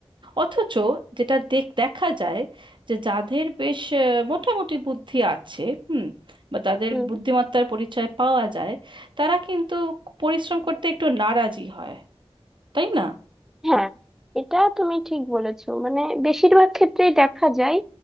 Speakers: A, on the right; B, in the centre.
A: অথচ যেটা দেখ দেখা যায় যে যাদের বেশ আহ, মোটামুটি বুদ্ধি আছে হুম বা তাদের
B: হুম
A: বুদ্ধিমত্তার পরিচয় পাওয়া যায় তারা কিন্তু পরিশ্রম করতে একটু নারাজি হয় তাই না
B: হ্যাঁ এটা তুমি ঠিক বলেছো মানে বেশিরভাগ ক্ষেত্রেই দেখা যায়